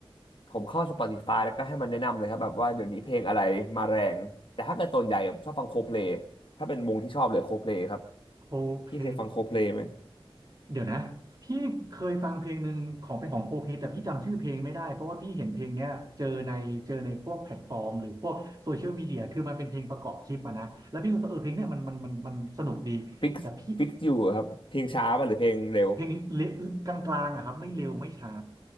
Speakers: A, on the left (about 60°); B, on the right (about 40°).
A: ผมเข้า Spotify แล้วก็ให้มันแนะนำเลยครับแบบว่าเดี๋ยวนี้เพลงอะไรมาแรงแต่ถ้าเกิดส่วนใหญ่ผมชอบฟังโคเพลย์ถ้าเป็นวงที่ชอบเลยโคเพลย์ครับ
B: โคเพ
A: พี่เคยฟังโคเพลย์ไหม
B: เดี๋ยวนะพี่เคยฟังเพลงหนึ่งของเป็นของโคเพแต่พี่จำชื่อเพลงไม่ได้เพราะว่าพี่เห็นเพลงเนี้ยเจอในเจอในพวกแพลตฟอร์มหรือพวกโซเชียลมีเดียคือมันเป็นเพลงประกอบคลิปอะนะแล้วพี่ก็รู้สึกเออเพลงเนี้ยมันมันมันมันสนุกดีแต่พี่
A: ฟิกฟิกอยู่ครับเพลงช้าป่ะหรือเพลงเร็ว
B: เพลงเลกลางๆอะครับไม่เร็วไม่ช้า